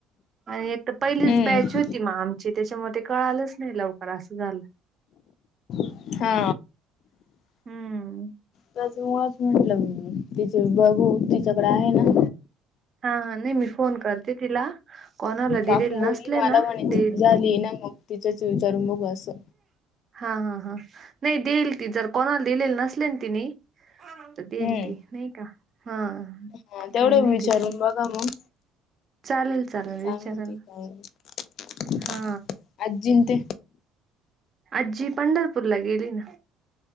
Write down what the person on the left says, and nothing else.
हम्म
हा
त्याच्यामुळेच म्हणलं मी तिचे बघू तिच्याकड आहे ना.
काकी बोली
मला
म्हणे
ती झाली ना मग तिच्याची विचारून बघू असं.
हम्म
हा तेवढ
विचारून
बघा मग
काय
म्हणती
काय नाही.
आजींन ते